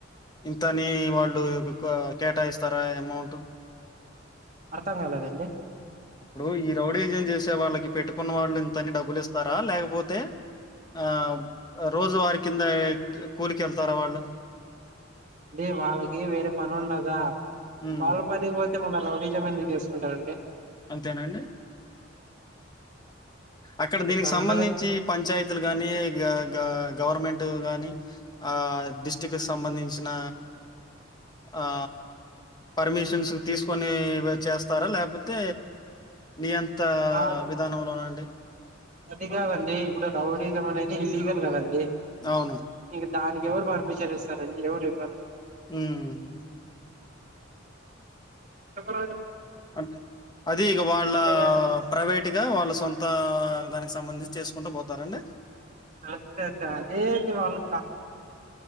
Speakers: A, on the left; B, on the right.
A: ఇంతనీ వాళ్ళు ఒక కేటాయిస్తారా ఎమౌంట్
B: అర్థంగాలేదండి
A: ఇప్పుడూ ఈ రౌడీజం జేసేవాళ్ళకి పెట్టుకున్న వాళ్ళు ఇంతని డబ్బులిస్తారా లేకబొ తే ఆ అ రోజూవారి కింద కూలికెళ్తారా వాళ్ళు <inaudible>
B: డి వాళ్ళకీ వేరే పనుండగా
A: హ్మ్.
B: వాళ్లు పనికి బోతెముందాడ రౌ డీజం ఎందుకు జేసుకుంటారండి
A: అంతేనాండి అక్కడ దీనికి
B: పని
A: సంబంధించి
B: ఉండదు
A: పంచాయతీలు గానీ గా గా గవర్నమెంట్ గాని ఆ డిస్టి్రిక్ట్ సంబంధించిన ఆ పర్మిషన్స్ తీసుకొని చేస్తారా లేకపోతే అయితే నియంత
B: ఆ
A: విధానంలోనండి
B: అది కాదండి ఇప్పుడు రౌడిజం అనేది ఇల్లీగల్ కదండి
A: అవును.
B: ఇక దానికి ఎవరు పర్మిషన్ ఇస్తారండి ఎవరు ఇవ్వరు
A: హమ్మ్
B: ఎక్కడ
A: అంటే అది ఇగా వాళ్ళ
B: అంతేగాని
A: ప్రైవేట్గా వాళ్ళ సొంత దానికి సంబంధించి చేసుకుంటూ పోతారండి
B: అంతే దాని వాళ్లు